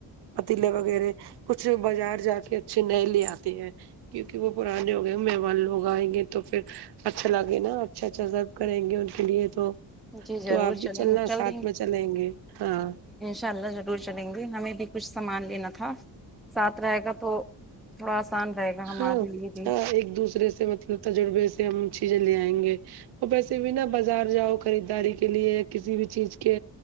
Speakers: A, on the right; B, in the centre.
A: پتیلے وغیرہ کچھ بازار جا کے اچھے نئے لے آتے ہیں کیونکہ وہ پرانے ہو گئے مہمان لوگ آئیں گے تو پھر اچھا لگے نا اچھا اچھا سب کریں گے ان کے لیے تو
B: جی ضرور
A: تو آپ بھی
B: چلیں
A: چلنا
B: گے چل
A: ساتھ میں چلیں گے ہاں
B: ان شاء اللہ ضرور چلیں گے ہمیں بھی کچھ سامان لینا تھا ساتھ رہے گا تو تھوڑا آسان رہے گا ہمارے
A: ہاں
B: لیے بھی
A: ہ ایک دوسرے سے مطلب تجربے سے ہم چیزیں لے آئیں گے وہ ویسے بھی نا بازار جاؤ خریداری کے لیے کسی بھی چیز کے